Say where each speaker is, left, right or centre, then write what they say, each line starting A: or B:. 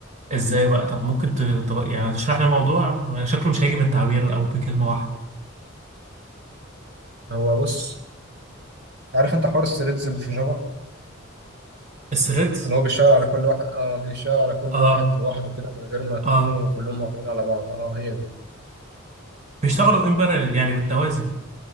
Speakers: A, on the right (about 35°); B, on the right (about 50°).
A: ازاي بقى طب ممكن ت... طب يعني تشرح لي الموضوع شكله مش هيجي بالتعبير او بكلمة واحدة
B: هو بص عارف انت حوار الثريدز اللي في جافا
A: الثريدز
B: ان هو بيشتغل على كل واحد اه بيشتغل على كل
A: اه
B: واحد لوحده كده من غير ما يكونوا
A: اه
B: كلهم معتمدين على بعض اه هي دي
A: بيشتغلوا ان باراليل يعني بالتوازي